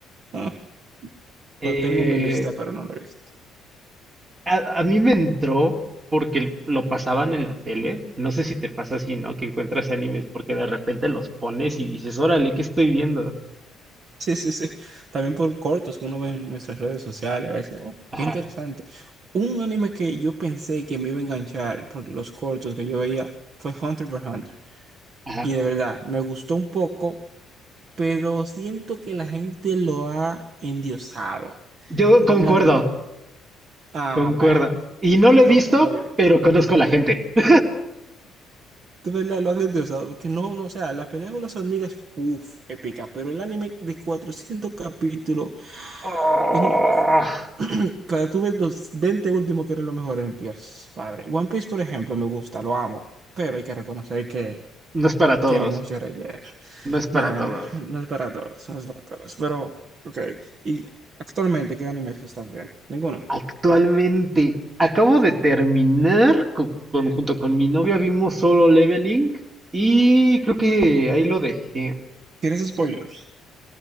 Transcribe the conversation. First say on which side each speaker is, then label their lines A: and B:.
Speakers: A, on the right (about 55°); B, on the right (about 35°).
A: Ah,
B: Eh,
A: lo tengo en mi lista, pero no lo he visto. <laughs>
B: a, a mí me entró porque lo pasaban en la tele. No sé si te pasa así, ¿no? Que encuentras animes porque de repente los pones y dices, órale, ¿qué estoy viendo?
A: Sí, sí, sí. También por cortos que uno ve en nuestras redes sociales, a veces, oh,
B: Ajá,
A: qué interesante. Un anime que yo pensé que me iba a enganchar porque los cortos que yo veía fue Hunter x Hunter.
B: ajá.
A: Y de verdad, me gustó un poco, pero siento que la gente lo ha endiosado.
B: Yo
A: Un
B: concuerdo,
A: anime. Ah,
B: concuerdo.
A: bueno.
B: Y no lo
A: Estamos
B: he visto,
A: en la vida.
B: pero conozco a la gente. <laughs>
A: De verdad, lo has interesado. Porque no, no, o sea, la pelea con las hormigas, uff, épica. Pero el anime de 400 capítulos.
B: Oh,
A: en- <clears throat> Para tú ver los 20 últimos que eran los mejores, Dios, padre. One Piece, por ejemplo, me gusta, lo amo. Pero hay que reconocer que
B: no es para todos,
A: tiene mucho relleno.
B: no es para
A: Nada,
B: todos.
A: no, no es para todos, no es para todos. Pero, ok. ¿Y actualmente qué animes estás viendo? Ninguno.
B: Actualmente acabo de terminar co- con, junto con mi novia vimos Solo Leveling y creo que ahí lo dejé.
A: ¿Tienes spoilers?